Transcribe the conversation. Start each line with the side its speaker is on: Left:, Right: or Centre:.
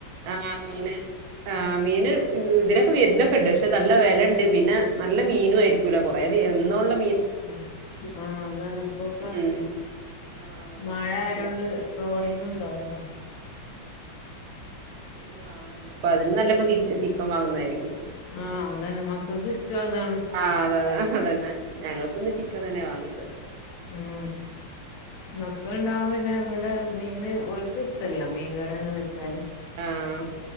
Right: ആഹ് മീന് ആഹ് മീന് ഹ് ഇതിലൊക്കെ വര്ണൊക് ണ്ട് പശേ നല്ല വെലണ്ട് നല്ല മീനു ആയിരിക്കൂല കൊറേ ദി എന്നോള്ള
Left: മ് ആഹ് അതാണ് ഇപ്പൊക്കെ
Right: ഉം ആഹ് നല്ല
Left: മയ
Right: മീനായിരിക്കുലേ
Left: ആയോണ്ട് ട്രോളിങ്ങുണ്ടാവോലോ
Right: അപ്പ പിന്നെ വാങ്ങലില്ല പ്പതിലും നല്ലത് പ് പ കിച് ചിക്കൻ വാങ്ങുന്നയിരിക്കും
Left: ആഹ് അതെന്നെ മക്കക്കിഷ്ട്ടോ അതാണ്
Right: ആഹ് അതെ അതെ അതന്നെ ഞങ്ങൾക്കിന്ന് ചിക്കൻ തന്നെ വാങ്ങിയത്
Left: ഉം മക്കള് ണ്ടാവുമ്പോപിന്നെ വ്ടെ മീന് ഓൽക്കിഷ്ട്ടല്ല മീൻകറിയൊന്നും വെച്ച് ച്ചാല്
Right: ആഹ്